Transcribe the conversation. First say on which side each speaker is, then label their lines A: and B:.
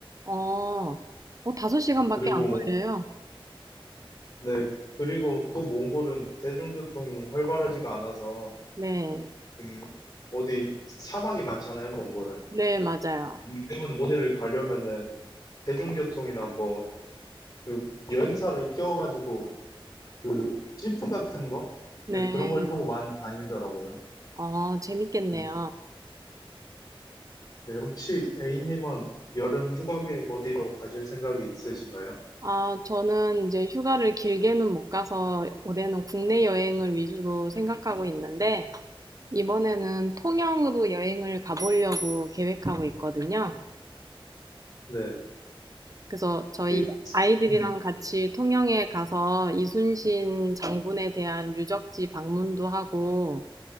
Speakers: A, on the right; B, on the left.
A: 어, 어, 5시간밖에
B: 그리고,
A: 안 걸려요?
B: 네. 그리고 또 몽골은 대중교통이 활발하지가 않아서,
A: 네.
B: 그 어디 사막이 많잖아요, 몽골은.
A: 네, 맞아요.
B: 그렇기 때문에 어디를 가려면은 대중교통이나 뭐 그 여행사를 껴가지고 그 지프 같은 거
A: 네.
B: 네, 그런 걸 타고 많이 다니더라고요.
A: 어, 재밌겠네요.
B: 음. 네, 혹시 A님은 여름 휴가 계획 어디로 가실 생각이 있으신가요?
A: 아, 저는 이제 휴가를 길게는 못 가서 올해는 국내 여행을 위주로 생각하고 있는데, 이번에는 통영으로 여행을 가보려고 계획하고 있거든요.
B: 네.
A: 그래서 저희
B: 혹시
A: 아이들이랑
B: 네.
A: 같이 통영에 가서 이순신 장군에 대한 유적지 방문도 하고,